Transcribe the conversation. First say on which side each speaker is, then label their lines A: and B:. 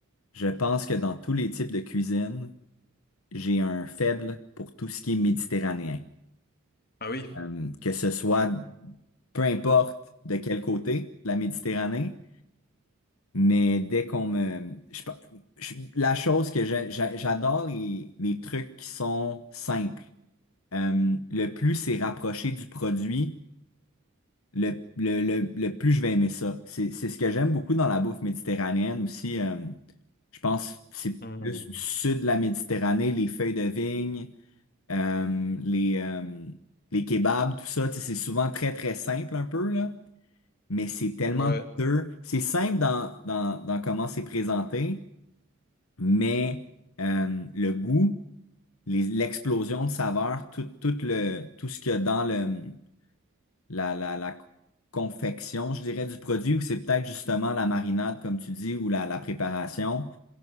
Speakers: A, on the left (about 80°); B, on the left (about 50°).
A: je pense que dans tous les types de cuisine, j'ai un faible pour tout ce qui est méditerranéen.
B: Ah oui.
A: Euh, que ce soit peu importe de quel côté de la Méditerranée, mais dès qu'on me... je pa- je- la chose que j'a- j'a- j'adore, les, les trucs qui sont simples. Euh, le plus c'est rapproché du produit, le, le, le, le plus je vais aimer ça. C'est, c'est ce que j'aime beaucoup dans la bouffe méditerranéenne aussi. euh, je pense que c'est
B: Hmm.
A: plus du sud de la Méditerranée, les feuilles de vigne, euh, les, euh, les kebabs, tout ça. Tu sais, C'est souvent très, très simple un peu, là mais c'est tellement
B: Ouais.
A: dur. C'est simple dans, dans, dans comment c'est présenté, mais euh, le goût, les- l'explosion de saveurs, tout, tout le, tout ce qu'il y a dans le, la, la, la confection, je dirais, du produit, ou c'est peut-être justement la marinade, comme tu dis, ou la, la préparation,